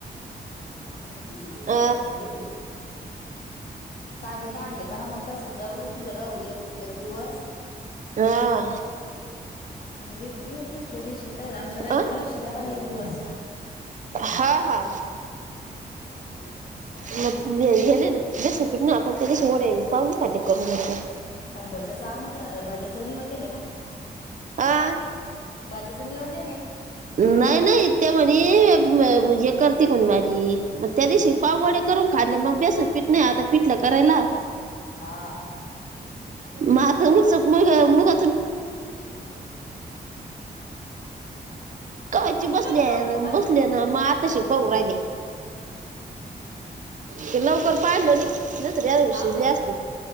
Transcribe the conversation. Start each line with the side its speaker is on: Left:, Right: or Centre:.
Left: बारा तारीख आहे,
Right: अ
Left: तेरा तारखेवर. <inaudible> टाके काढले का मग तसचं जाऊ, तिथं राहू एक एक दिवस
Right: हा
Left: बारा तारीख. आणि मग एक येऊ दुसऱ्या दिवशी तोवर आमच्या गाईकडं
Right: अ
Left: लक्ष द्या बाई एक दिवस.
Right: हा हा.
Left: दोन दिवस मग.
Right: मग ने गेले ना ज सुकीट ना आपण त्या दिवशी वडे पाव नाही खाले करून. <inaudible>
Left: काय भज्याच आमंत्रण, भाज्याचं नियोजन आहे का?
Right: आ.
Left: भाज्याचं नियोजन ये?
Right: नाही, नाही त्या म्हणे हे करती का म्हणे भाजी मग त्या दिवशी पाव वडे करून खाल्ले मग बेसन पिठं नाही आता, पिठलं करायला.
Left: हा,
Right: म आता नुस्तं मुग-मुग
Left: <unintelligible>
Right: कायची बसली आहे
Left: कौतिक
Right: ना,
Left: का
Right: बसले ना म आताशी होवू राहीले, ते लवकर पाहिलं नी तरी आजुन
Left: हा
Right: शिजले
Left: का
Right: आसते.